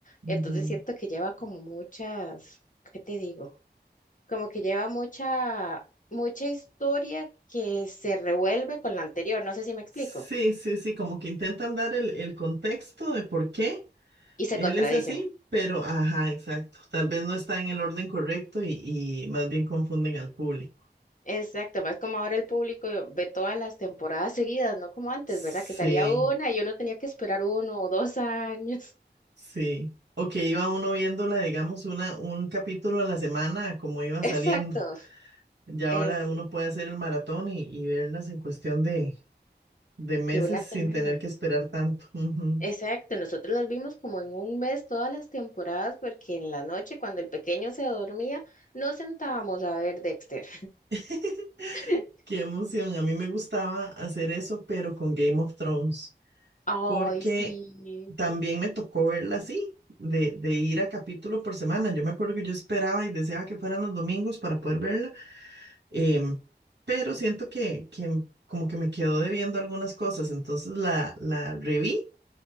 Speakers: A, on the left (about 45°); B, on the right (about 70°).
A: entonces
B: ujú.
A: siento que lleva como muchas, ¿qué te digo? Como que lleva mucha, mucha historia que se revuelve con la anterior, no sé si me explico.
B: Sí, sí, sí, como que intentan dar el, el contexto de por qué
A: y se
B: él
A: contradicen.
B: es así, pero ajá, exacto. Tal vez no está en el orden correcto y, y más bien confunden al público.
A: Exacto, más como ahora el público ve todas las temporadas seguidas, no como antes,
B: Sí,
A: ¿verdad? Que salía una y yo no tenía que esperar uno o dos años.
B: sí. O que iba uno viéndola, digamos, una, un capítulo a la semana, como iba
A: <laughs> Exacto,
B: saliendo. Ya
A: es
B: ahora uno puede hacer el maratón y, y verlas en cuestión de, de meses
A: de una semana.
B: sin tener que esperar tanto. Ujú.
A: Exacto, nosotros las vimos como en un mes todas las temporadas porque en la noche cuando el pequeño se dormía nos sentábamos a ver Dexter.
B: <laughs>
A: <laughs>
B: Qué emoción. A mí me gustaba hacer eso, pero con Game of Thrones.
A: Ay,
B: porque
A: sí.
B: también me tocó verla así, de, de ir a capítulo por semana. Yo me acuerdo que yo esperaba y deseaba que fueran los domingos para poder verla, em, pero siento que, que como que me quedó debiendo algunas cosas, entonces la, la reví.